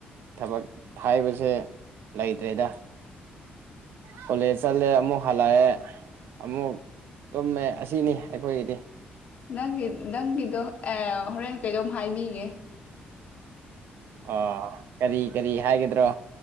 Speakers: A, on the right (about 80°); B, on the left (about 45°).
A: ꯊꯕꯛ ꯍꯥꯏꯕꯁꯦ ꯂꯩꯇ꯭ꯔꯦꯗ ꯀꯣꯂꯦꯖ ꯆꯠꯂꯦ ꯑꯃꯨꯛ ꯍꯜꯂꯛꯑꯦ ꯑꯃꯨꯛ ꯇꯨꯝꯃꯦ ꯑꯁꯤꯅꯤ ꯑꯩꯈꯣꯏꯒꯤꯗꯤ
B: ꯅꯪꯒꯤ ꯅꯪꯒꯤꯗꯣ ꯍꯣꯔꯦꯟ ꯀꯩꯗꯣꯝ ꯍꯥꯏꯕꯤꯒꯦ
A: ꯑ ꯀꯔꯤ ꯀꯔꯤ ꯍꯥꯏꯒꯗ꯭ꯔꯣ